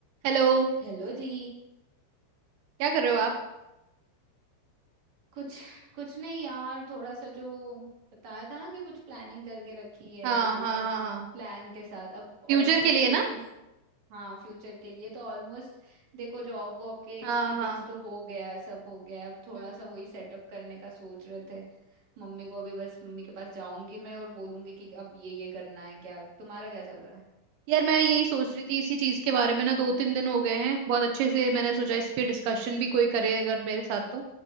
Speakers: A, on the right; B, on the right.
A: Hello
B: Hello जी
A: क्या कर रहे हो आप
B: कुछ कुछ नहीं यार थोड़ा सा जो बताया था ना कि कुछ प्लानिंग करके रखी है
A: हाँ
B: जो
A: हाँ
B: जो
A: हाँ हाँ
B: प्लान के साथ अब
A: फ्यूचर
B: ऑलमोस्ट
A: के लिए
B: वो
A: ना
B: चीज हाँ फ्यूचर के लिए तो ऑलमोस्ट देखो जॉब वॉब के एक्सपीरियंस
A: हाँ हाँ
B: तो हो गया है सब हो गया है अब थोड़ा
A: हम्म
B: सा वही सेटअप करने का सोच रहे थे मम्मी को अभी बस मम्मी के पास जाऊंगी मैं और बोलूंगी कि अब ये ये करना है क्या तुम्हारा क्या चल रहा है
A: यार मैं यही सोच रही थी इसी चीज के बारे में ना दो तीन दिन हो गए हैं बहुत अच्छे से मैंने सोचा इस पे डिस्कशन भी कोई करे अगर मेरे साथ तो